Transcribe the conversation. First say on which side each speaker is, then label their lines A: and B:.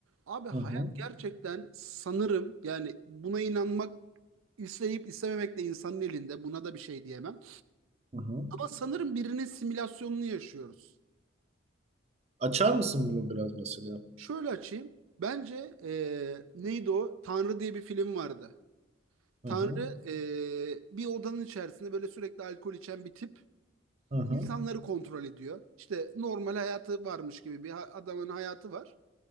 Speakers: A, on the right (about 80°); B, on the right (about 30°).
A: Abi hayat
B: Hı hı.
A: gerçekten sanırım yani buna inanmak isteyip istememek de insanın elinde. Buna da bir şey diyemem.
B: Hı hı.
A: Ama sanırım birinin simülasyonunu yaşıyoruz.
B: Açar mısın bunu biraz mesela?
A: Şöyle açayım. Bence eee, neydi o? Tanrı diye bir film vardı.
B: Hı
A: Tanrı
B: hı.
A: eee, bir odanın içerisinde böyle sürekli alkol içen bir tip
B: Hı hı.
A: insanları kontrol ediyor. İşte normal hayatı varmış gibi bir ha- adamın hayatı var